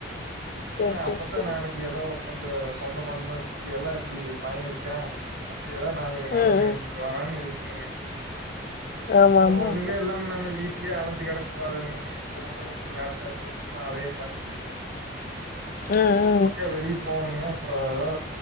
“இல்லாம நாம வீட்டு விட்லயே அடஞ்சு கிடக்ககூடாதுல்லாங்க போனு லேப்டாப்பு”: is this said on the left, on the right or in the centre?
Right